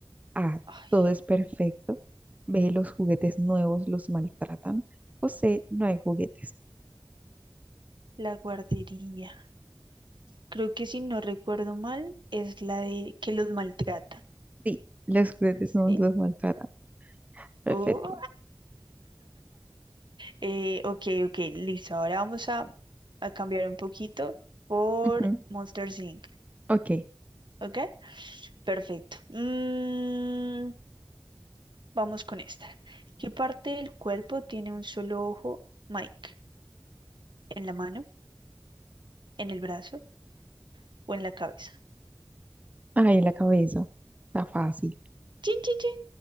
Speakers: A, on the right; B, on the right.
A: A.
B: Ay,
A: Todo es perfecto. B. Los juguetes nuevos los maltratan. O C. No hay juguetes.
B: la guardería. Creo que si no recuerdo mal, es la de que los maltratan.
A: Sí, los juguetes
B: ¿Sí?
A: nuevos los maltratan. Perfecto.
B: Oh, eh, ok, ok, listo. Ahora vamos a, a cambiar un poquito por
A: Ujú,
B: Monsters Inc.
A: Ok.
B: ¿Ok? Perfecto. Mm, vamos con esta. ¿Qué parte del cuerpo tiene un solo ojo, Mike? ¿En la mano, en el brazo o en la cabeza?
A: Ahí la cabeza. Está fácil.
B: ¡Chin, chin, chin!